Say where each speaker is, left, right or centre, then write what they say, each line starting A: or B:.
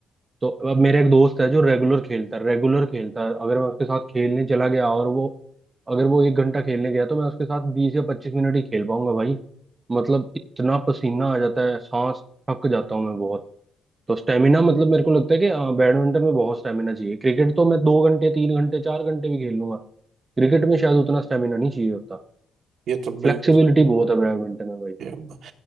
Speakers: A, on the right; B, on the right.
A: तो अब मेरा एक दोस्त है जो रेगुलर खेलता है रेगुलर खेलता है अगर मैं उसके साथ खेलने चला गया और वो अगर वो एक घंटा खेलने गया तो मैं उसके साथ बीस या पच्चीस मिनट ही खेल पाऊंगा भाई मतलब इतना पसीना आ जाता है सांस थक जाता हूँ मैं बहुत तो स्टेमिना मतलब मेरे को लगता है कि अ, बैडमिंटन में बहुत स्टेमिना चाहिए क्रिकेट तो मैं दो घंटे तीन घंटे चार घंटे भी खेल लूंगा क्रिकेट में शायद उतना स्टेमिना नहीं चाहिए होता
B: ये तो
A: फ्लेक्सिबिलिटी
B: बिल्कुल
A: बहुत है बैडमिंटन में भाई
B: ये ब-